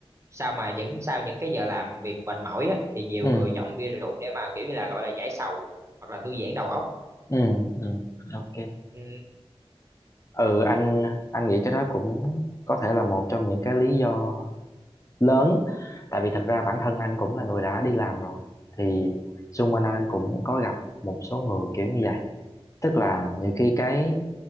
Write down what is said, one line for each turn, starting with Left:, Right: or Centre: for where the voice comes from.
Right: sao mà những sau những cái giờ làm việc mệt mỏi á, thì nhiều
Left: ừ
Right: người chọn bia rượu để mà kiểu như là gọi là giải sầu hoặc là thư giãn đầu óc.
Left: ừ ừ ok
Right: Ừ,
Left: ừ anh anh nghĩ cái đó cũng có thể là một trong những cái lý do lớn tại vì thật ra bản thân anh cũng là người đã đi làm rồi thì xung quanh anh cũng có gặp một số người kiểu như vậy tức là nhiều khi cái